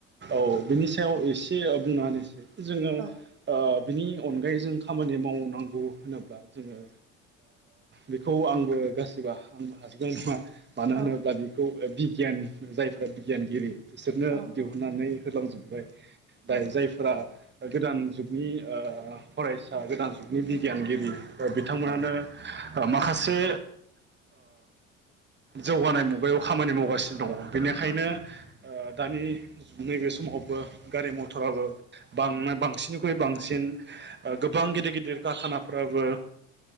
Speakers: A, on the right; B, on the right.
A: औ बिनि सायाव एसे बुंना होनोसै जोङो
B: औ
A: बिनि अनगायै जों खामानि मावनांगौ होनोब्ला जोङो बेखौ आंबो गासिबो आंबो हाजोबनाय नङा मानो
B: औ
A: होनोब्ला बिखौ बिगियान जायफोरा बिगियानगिरि बिसोरनो
B: औ
A: दिहुुननानै
B: औ
A: होलांजोब्बाय दा
B: औ
A: जायफोरा गोदान जुगनि फरायसा गोदान जुगनि बिगियानगिरि बिथांमोनानो
B: औ
A: माखासे जौगानाय मुगायाव खामानि मावगासिनो दङ बेनिखायनो दानि नैबे सम समावबो गारि मथराबो बां बांसिननिख्रुइ बांसिन गोबां गिदिर गिदिर कारखानाफ्राबो